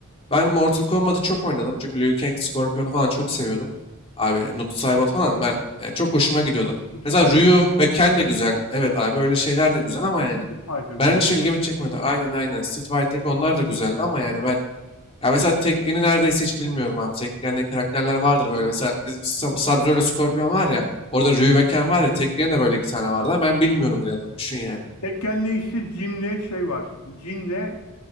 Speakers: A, on the left; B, on the left.
A: ben Mortal Kombat'ı çok oynadım. Çünkü Liu Kang, Scorpion'u falan çok seviyordum. Abi Noob Saibot falan ben yani çok hoşuma gidiyordu. Mesela
B: Cyborg,
A: Ryu ve Ken de güzel. Evet abi öyle şeyler de güzel ama yani
B: Street Fighter
A: ben
B: diyorsun.
A: hiç ilgimi çekmedi. Aynen aynen. Street Fighter'daki onlar da güzeldi ama yani ben ya mesela Tekken'i neredeyse hiç bilmiyorum abi. Tekken'de karakterler vardır böyle. Mesela biz Sub- Sub-Zero ile Scorpion var ya. Orada Ryu ve Ken var ya. Tekken'in de böyle iki tane vardı. ama Ben bilmiyorum bile adını. Düşün yani.
B: Tekken'le işte Jim'le şey var. Jin'le